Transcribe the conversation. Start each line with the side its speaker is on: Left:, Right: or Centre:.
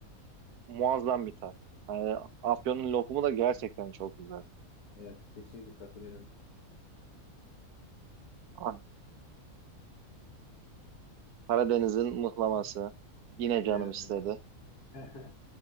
Right: Muazzam bir tat. Yani Afyon'un lokumu da gerçekten çok güzel.
Left: Evet, kesinlikle katılıyorum.
Right: Ah, Karadeniz'in mıhlaması. Yine canım
Left: Evet,
Right: istedi.
Left: evet. <laughs>